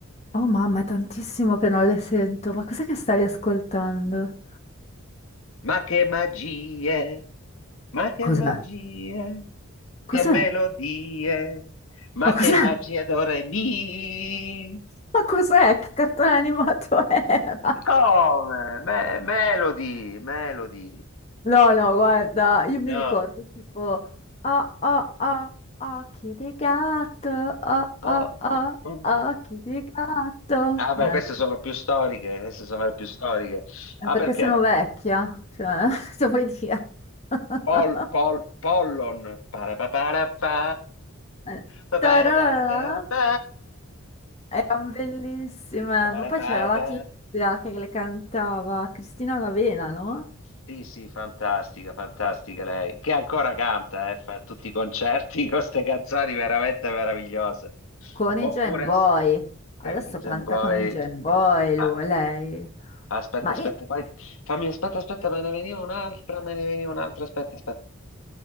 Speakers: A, on the left; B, on the left.
A: Oh mamma, è tantissimo che non le sento. Ma cos'è che stavi ascoltando?
B: Ma che magie! Ma che
A: Cos'è?
B: magie!
A: Cos'è?
B: Che melodie! Ma
A: Ma cos'è?
B: che magia do re mi!
A: Ma cos'è? Che cartone animato <laughs> era?
B: Come? Me- melody, melody.
A: No, no, guarda, io mi
B: No.
A: ricordo tipo oh, oh, oh, occhi di gatto, oh,
B: Oh,
A: oh, oh,
B: oh, oh.
A: occhi di gatto.
B: Ah, beh,
A: No,
B: queste
A: no,
B: sono più storiche, queste sono le più storiche. Ah,
A: no, perché
B: perché?
A: sono vecchia, cioè, <laughs> se vuoi dire. <laughs>
B: Pol, pol, pollon. Parapaparapa,
A: Eh,
B: paparaparapapa,
A: tararararata. Erano bellissime,
B: parapapa.
A: ma poi c'era la tizia che le cantava Cristina Lavena, no?
B: Sì, sì, fantastica, fantastica lei. Che ancora canta, eh, fa tutti i concerti con queste canzoni veramente meravigliose.
A: Con
B: Oppure,
A: i Jam Boy. Adesso
B: eh, Jam
A: canta
B: Boy.
A: con i Jam Boy
B: Ah,
A: lui, lei.
B: aspetta,
A: Ma
B: aspetta,
A: io,
B: poi fammi, aspetta, aspetta, me ne veniva un'altra, me ne veniva un'altra, aspetta, aspetta.